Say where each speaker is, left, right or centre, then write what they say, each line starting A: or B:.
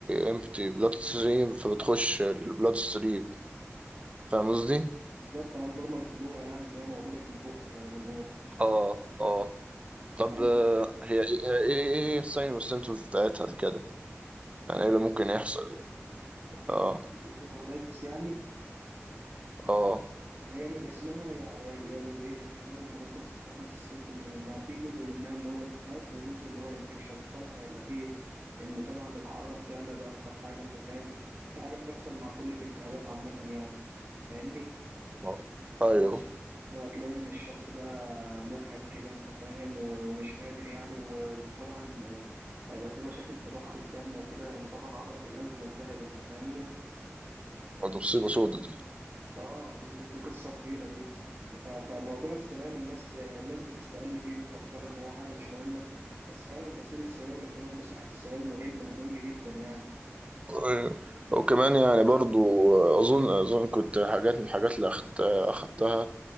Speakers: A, on the right (about 25°); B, on the right (about 50°).
A: امبتي بلاد ستريم فبتخش البلاد ستريم فاهم قصدي؟
B: بالظبط اه النورمال فلورا يعني اللي هي موجوده في البق زي ما بنقول
A: اه اه طب
B: ايوه
A: آه، هي هي- ايه ايه إيه هي الساين والسيمتومز بتاعتها كده؟
B: بتاعت
A: يعني ايه اللي
B: ال...
A: ممكن يحصل؟
B: بتاعت
A: اه
B: الانفكتيف اندوكاردايتس يعني
A: اه
B: هي من اسمها يا يا يا جزئين انت فاهم انت ممكن تستخلص السيمتومز منها في جزء منها اللي هو التهاب وجزء اللي هو انفكشن فطبعا هيبقى فيه ان طبعا الحراره بتعلى دي اكتر حاجه انت فاهم دي حاجه بتحصل مع كل الالتهابات عامه يعني فاهمني
A: آه. ايوه
B: وهت- وهتلاقي ان الشخص بقى مجهد كده انت فاهم و- ومش قادر يعني وطبعا آه، هيبقى في مشاكل في ضخ الدم وكده لان طبعا عضلة القلب ملتهبة انت فاهمني
A: ده مصيبة سودا دي
B: اه دي دي, دي قصة كبيرة دي ف- فموضوع السنان الناس الناس بتستقل بيه ومفكرة ان هو حاجة مش مهمة بس فعلا غسيل السنان والاهتمام بصحة السنان مهم مهم جدا يعني
A: أيوة. وكمان يعني برضو اظن اظن كنت حاجات من الحاجات اللي أخدت اخدتها